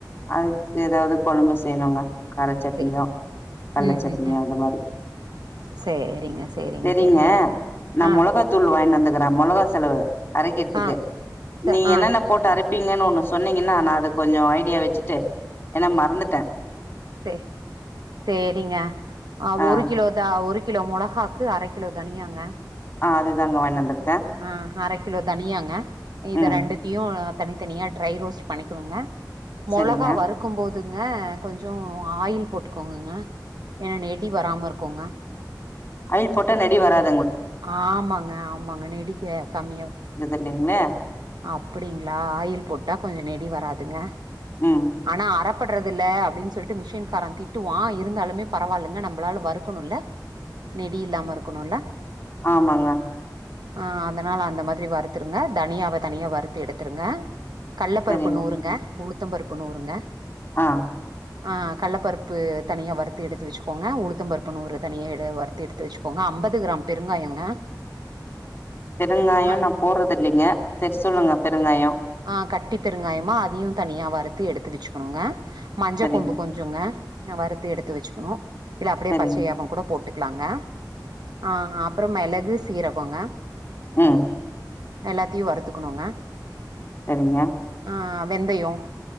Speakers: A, on the left; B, on the right.
A: அதுக்கு ஏதாவது கொழம்பு செய்னுங்க கார சட்னியோ
B: சேரி
A: கல்ல
B: ம்
A: சட்னியோ
B: ம் ம்
A: அது மாரி
B: சேரிங்க சேரிங்க
A: செரிங்க
B: சேரிங்க
A: நா
B: ஆ
A: மொளகாத்தூள் வாங்கிவந்துகிறேன் நா மொளகா செலவு அரைக்கிறத்துக்கு
B: ஆ ச-
A: நீங்க
B: ஆ
A: என்னன்ன போட் அரைப் பீங்க ஒன்னு சொன்னீங்கன்னா நா அது கொஞ்ச ஐடியா வச் சீட்டு ஏன்னா மறந்துட்டேன்
B: செ செரிங்க ஆஹ
A: ஆ
B: ஒரு கிலோதான் கிலோ மொளகாக்கு அரை கிலோ தனியாங்க
A: ஆ அதுதாங்க வாங்கிட்டுவந்துருக்கேன்
B: ஆ அரைக் கிலோ தனியாங்க இத
A: ம்
B: ரெண்டுத்தையு தனித்தனியா ட்ரை ரோஸ்ட் பண்ணிக்கோங்க மொளகா
A: செரிங்க
B: வறுக்கும் போது ங்க கொஞ்சோ ஆயில் போட்டுக்கோங்கங்க ஏன்னா நெடி வராம இருக்கோங்க
A: ஆயில் போட்ட நெடி வராத்
B: ஆமாங்க-ஆமாங்க நெடிக்க கம்மியா
A: இல்லைங்ளா
B: அப்டிங்ளா ஆயில் போட்டா கொஞ்ச நெடி வராதுங்க
A: ம்
B: ஆனா அற பட்றதில்ல அப்டினு சொல்ட்டு மிஷின் கார திட்டு வா இருந்தாலுமே பரவாயில்லங்க நம்மளால வருக்கணு இல்ல நெடி இல்லாம இருக்கணுல்ல
A: ஆமாங்க
B: ஆ அதனால அந்த மாரி வருத்துருங்க தனியாவ தனியா வறுத்து எடுத்துருங்க கல்லபருப்பு
A: சரிங்க
B: நூறுங்க உளுத்தம்பருப்பு நூறுங்க
A: ஆ
B: ஆ கல்லப்பருப்பு தனியா வறுத்து எடுத்து வெச்சுக்கோங்க உளுத்த பருப்பு நூறு தனியா வறுத்து எடுத்து வெச்சுக்கோங்க அம்பது கிராம் பெருங்காயங்க
A: பெருங்காயோ
B: ஆ
A: நா போட்றது இல்லங்க சரி சொல்லுங்க பெருங்காயோ
B: ஆ கட்டி பெருங்காயமா அதயு தனியா வறுத்து எடுத்து வெச்சுக்கோங்க மஞ்ச
A: சரிங்க
B: கொம்பு கொஞ்சங்க ந வறுத்து எடுத்து வெச்சுக்கணு இல்ல அப்டியே
A: சரிங்க
B: பச்சையாவு கூட போட்டு இருக்கலாங்க ஆ அப் அப்றோ மெளகு சீரகோங்க
A: ம்
B: எல்லாத்தையு வறுத்துக்கணுங்க
A: சரிங்க
B: ஆ வெந்தயோ